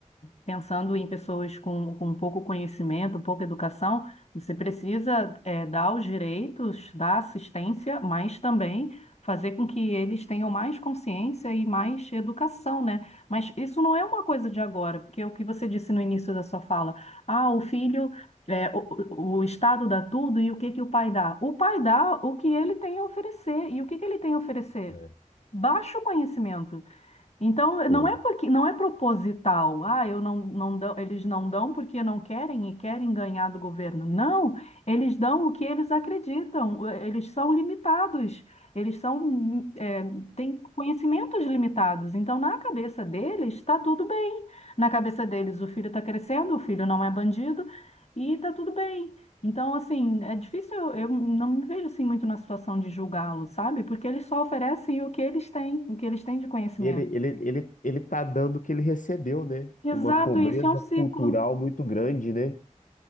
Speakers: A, on the left; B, on the left.
A: pensando em pessoas com, com pouco conhecimento, pouca educação, você precisa eh, dar os direitos, dar assistência, mas também fazer com que eles tenham mais consciência e mais educação, né? Mas isso não é uma coisa de agora, porque é o que você disse no início da sua fala, ah, o filho. eh, o, o- o Estado dá tudo e o que que o pai dá? O pai dá o que ele tem a oferecer. E o que que ele tem a oferecer?
B: É.
A: Baixo conhecimento. Então,
B: Hum.
A: não é porque não é proposital. Ah, eu não, não dão, eles não dão porque não querem e querem ganhar do governo. Não, eles dão o que eles acreditam. Eles são limitados. Eles são, é, têm conhecimentos limitados. Então, na cabeça deles, está tudo bem. Na cabeça deles, o filho está crescendo, o filho não é bandido e está tudo bem. Então, assim, é difícil, eu eu não me vejo assim muito na situação de julgá-los, sabe? Porque eles só oferecem o que eles têm, o que eles têm de conhecimento.
B: Ele, ele, ele, ele tá dando o que ele recebeu, né?
A: Exato,
B: Uma pobreza
A: isso é um ciclo.
B: cultural muito grande, né?